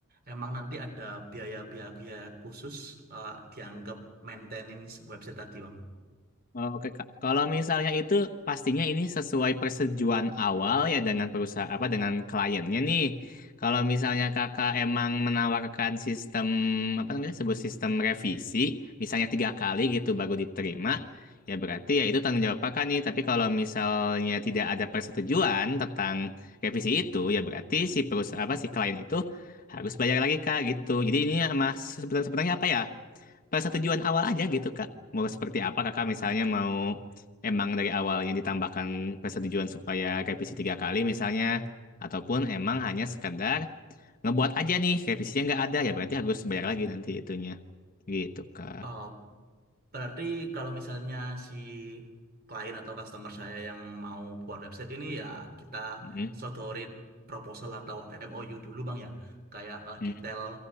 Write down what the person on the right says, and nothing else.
emang nanti ada biaya-biaya khusus eh, dianggap maintenance website tadi, Bang?
Eh, Berarti kalau misalnya si klien atau customer saya yang mau buat website ini ya kita
sodorin proposal atau MOU dulu Bang ya. Kayak eh,
detail